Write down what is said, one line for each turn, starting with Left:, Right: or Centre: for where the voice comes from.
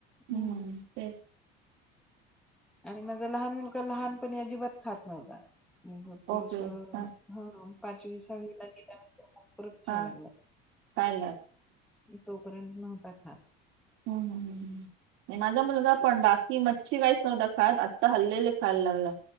Centre: हं.
Right: हम्म तेच
Centre: आणि माझा लहान मुलगा लहानपणी अजिबात खातं नव्हता. मग थोडंसं
Right: ओके. हां.
Centre: हं पाचवी सहावीला गेल्यानंतर मग परत
Right: हा
Centre: खायला
Right: काय
Centre: मी तोपर्यंत नव्हता खात
Right: हम्म माझा मुलगा
Centre: असं.
Right: पण बाकी मच्छी काहीच नव्हतं खात आ आता हल्ली हल्ली खायला लागला